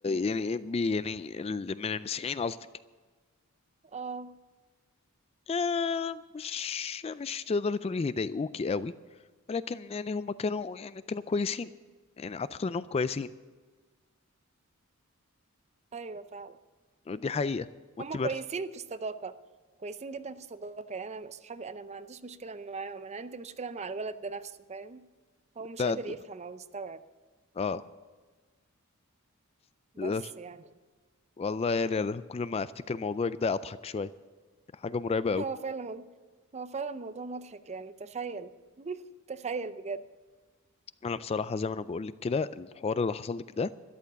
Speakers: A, on the left; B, on the right.
A: يعني إيه بي- يعني ال- من المسيحيين قصدك
B: اه
A: آه، مش مش تقدري تقولي هيضايقوكي قوي ولكن يعني هم كانوا يعني كانوا كويسين يعني اعتقد انهم كويسين
B: ايوه فعلا
A: ودي حقيقة وانت
B: هما
A: برد
B: كويسين في الصداقه كويسين جدا في الصداقه يعني انا اصحابي انا ما عنديش مشكله معاهم انا عندي مشكله مع الولد ده نفسه فاهم هو مش
A: ده,
B: قادر
A: ده
B: يفهم او يستوعب
A: اه
B: بس
A: تقدر.
B: يعني
A: والله يعني أنا كل ما افتكر موضوعك ده اضحك شوية حاجة مرعبة
B: <laughs>
A: قوي
B: هو فعلا هو فعلا الموضوع مضحك يعني تخيل <laughs> تخيل بجد
A: انا بصراحة زي ما انا بقول لك كده الحوار اللي حصل لك ده